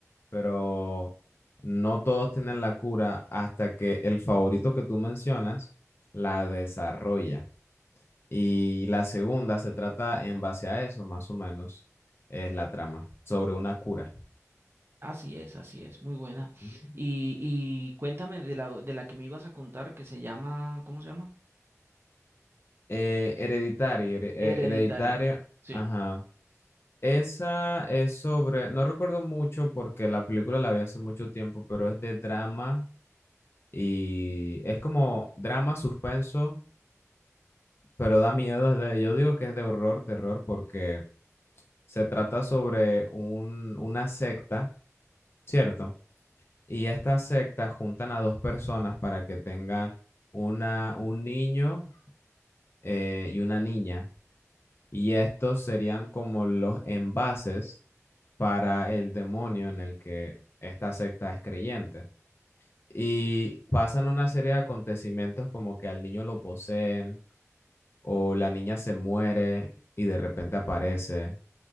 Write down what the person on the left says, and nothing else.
Pero no todos tienen la cura hasta que el favorito que tú mencionas la desarrolla. Y la segunda se trata en base a eso, más o menos, es la trama, sobre una cura.
Ujú.
Eh, Hereditary, here- eh,
hereditario,
ajá. Esa es sobre, no recuerdo mucho porque la película la vi hace mucho tiempo, pero es de drama y es como drama, suspenso, pero da miedo. es de- yo digo que es de horror, terror, porque se trata sobre un, una secta, ¿cierto? Y estas sectas juntan a dos personas para que tengan una, un niño eh, y una niña. Y estos serían como los envases para el demonio en el que esta secta es creyente. Y pasan una serie de acontecimientos como que al niño lo poseen o la niña se muere y de repente aparece.